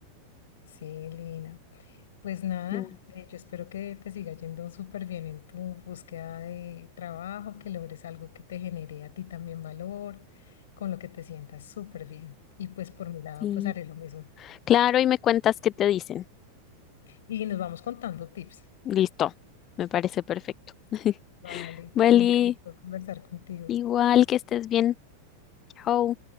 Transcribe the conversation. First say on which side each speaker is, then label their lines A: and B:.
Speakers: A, on the left; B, on the left.
A: Sí, Lina. Pues nada,
B: No,
A: eh, yo espero que te siga yendo súper bien en tu búsqueda de trabajo, que logres algo que te genere a ti también valor, con lo que te sientas súper bien. Y pues por mi lado,
B: Sí.
A: pues haré lo mismo.
B: Claro, y me cuentas qué te dicen.
A: Y nos vamos contando tips.
B: Listo, me parece perfecto. <laughs>
A: Vale,
B: Vale,
A: me encantó conversar contigo.
B: igual que estés bien. Chao.